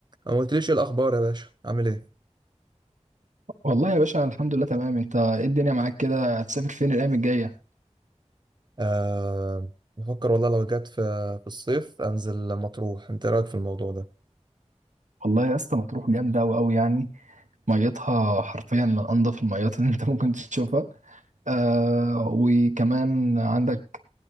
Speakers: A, on the right; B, on the right.
A: ما قلتليش إيه الاخبار يا باشا عامل ايه
B: والله يا باشا الحمد لله تمام انت ايه الدنيا معاك كده هتسافر فين الايام الجايه
A: آه بفكر والله لو جت في في الصيف انزل مطروح انت إيه رايك في الموضوع ده
B: والله يا اسطى مطروح جامده قوي قوي يعني ميتها حرفيا من انضف الميات <laughs> اللي انت ممكن تشوفها آه وكمان عندك